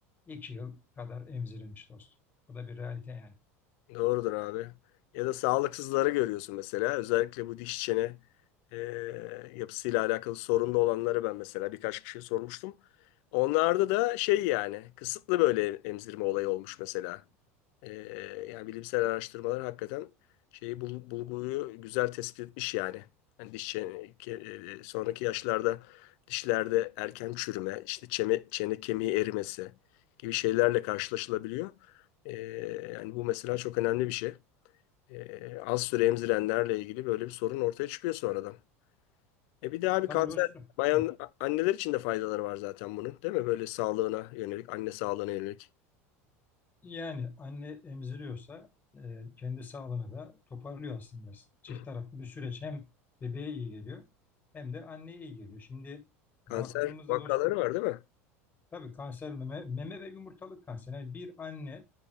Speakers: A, on the left (about 20°); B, on the left (about 65°).
A: iki yıl kadar emzirilmiş dostum. Bu da bir realite yani.
B: Doğrudur abi. Ya da sağlıksızları görüyorsun mesela. Özellikle bu diş çene e, yapısıyla alakalı sorunlu olanları ben mesela birkaç kişiye sormuştum. Onlarda da şey yani kısıtlı böyle emzirme olayı olmuş mesela. Ee, yani bilimsel araştırmalar hakikaten şeyi bul- bulguyu güzel tespit etmiş yani. Hani diş çene- ke- e, sonraki yaşlarda dişlerde erken çürüme, işte çene, çene kemiği erimesi gibi şeylerle karşılaşılabiliyor. Ee, yani bu mesela çok önemli bir şey. Ee, az süre emzirenlerle ilgili böyle bir sorun ortaya çıkıyor sonradan. E bir de abi
A: Tabii
B: kanser
A: dostum.
B: bayan
A: Hı.
B: a- anneler için de faydaları var zaten bunun, değil mi? Böyle sağlığına yönelik, anne sağlığına yönelik.
A: Yani anne emziriyorsa e, kendi sağlığını da toparlıyor aslında. Çift
B: Hı.
A: taraflı bir süreç hem bebeğe iyi geliyor hem de anneye iyi geliyor. Şimdi
B: Kanser
A: baktığımızda
B: vakaları
A: dostum
B: var, değil mi?
A: tabii kanser meme, meme ve yumurtalık kanseri. Yani bir anne